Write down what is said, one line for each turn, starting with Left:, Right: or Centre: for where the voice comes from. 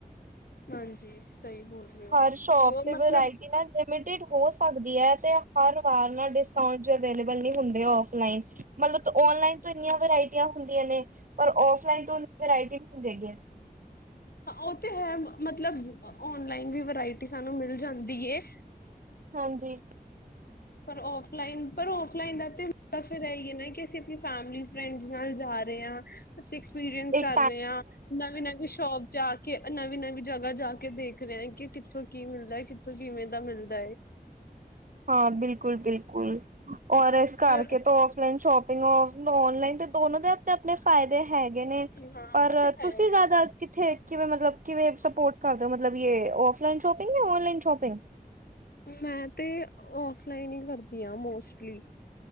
Left: ਹਾਂਜੀ ਸਹੀ ਬੋਲ ਰਹੇ ਹੋ
Right: ਹਰ ਸ਼ੋਪ
Left: ਉਹ
Right: ਤੇ
Left: ਮਤਲਬ
Right: ਵਰਾਇਟੀ ਨਾ ਲਿਮਿਟਡ ਹੋ ਸਕਦੀ ਐ ਤੇ ਹਰ ਵਾਰ ਨਾ ਡਿਸ ਕਾਉਟ ਜਾ ਵੇਲਬਲ ਨਹੀ ਹੁੰਦੀਆ ਔਫਲਾਈਨ ਮਲ ਤ ਓਨਲਾਈਨ ਤੋਂ ਇੰਨੀਆਂ ਵਰਾਇਟੀਆਂ ਹੁੰਦੀਆਂ ਨੇ ਔਰ ਔਫਲਾਈ ਟਨ ਵਰਾਇਟੀ ਨੀ ਹੁੰਦੇ ਹੈਗੀ
Left: ਪਾ ਉਹ ਤੇ ਹੈ ਮ ਮਤਲਬ ਓਨਲਾਈਨ ਦੀ ਵਰਾਇਟੀ ਸਾਨੂੰ ਮਿਲ ਜਾਂਦੀ ਏ
Right: ਹਾਂਜੀ
Left: ਪਰ ਔਫਲਾਈਨ ਪਰ ਔਫਲਾਈਨ ਦਾ ਤੇ ਮੈਸ ਆਇ ਗੇ ਨੇ ਕਿ ਅਸੀਂ ਆਪਣੀ ਫੈਮਿਲੀ ਫਰੈਂਡਸ ਨਾਲ ਜਾ ਦੇ ਉਹ ਤੁਸੀਂ ਐਕਸਪੀਰੀਅੰਸ
Right: ਇੱਕ
Left: ਕਰ ਰਹੇ ਓ ਨੇਗੀ ਨੇਵੀਂ ਈ ਸ਼ੋਪ ਜਾ ਕ ਕੇ ਨਬੀ ਨਬੀ ਜਗ੍ਹਾ ਜਾ ਕੇ ਦੇਖਦੇ ਆ ਕਿ ਕਿੱਥੋਂ ਕੀ ਮਿਲਦਾ ਏ ਕਿੱਥੋਂ ਕਿਵੇਂ ਦਾ ਮਿਲਦਾ ਏ
Right: ਹਾਂ ਬਿਲਕੁਲ ਬਿਲਕੁਲ ਔਰ ਕਰ
Left: ਫਿਰ
Right: ਕਿਤੋ ਔਫਲਾਈਨ ਸ਼ੋਪਿੰਗ ਓ ਔਨਲਾਈਨ ਤੇ ਦੋਨੋ ਦੇ ਆਪਣੇ ਆਪਣੇ ਫਾਇਦੇ ਹੈਗੇ ਨੇ
Left: ਹਾਂ
Right: ਪਰ
Left: ਉਹ ਤੇ ਹੈ।
Right: ਤੁਸੀਂ ਨਾਗਦ ਕਿੱਥੇ ਏਥੇ ਮਤਲਬ ਕਿ ਏ ਸਪੋਰਟ ਕਰਦੇ ਮਤਲਬ ਯੇਹ ਔਫਲਾਈਨ ਸ਼ੋਪਿੰਗ ਜਾਂ ਓਨਲਾਈਨ ਸ਼ੋਪਿੰਗ
Left: ਮੈਂ ਤੇ ਔਫਲਾਈਨ ਈ ਕਰਦੀ ਆ ਮੋਸਟਲੀ